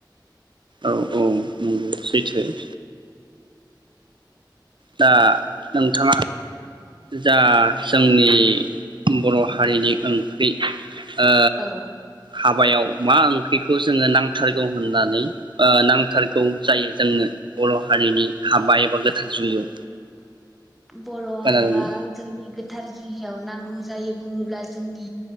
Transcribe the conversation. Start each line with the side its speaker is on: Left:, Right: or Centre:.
Right: औ औ नंगौ सैथो <inaudible> दा नोंथाङा जा जोंनि बर' हारिनि ओंख्रि ओ
Centre: औ
Right: हाबायाव मा ओंख्रिखौ जोङो नांथारगौ होननानै ओ नांथारगौ जायो जोंनो बर' हारिनि हाबा एबा गोथार जुलियाव
Centre: बर'
Right: खोनादोंना
Centre: एबा जोंनि गोथ गोथार जुलियाव नांगौ जायो बुङोब्ला जोंनि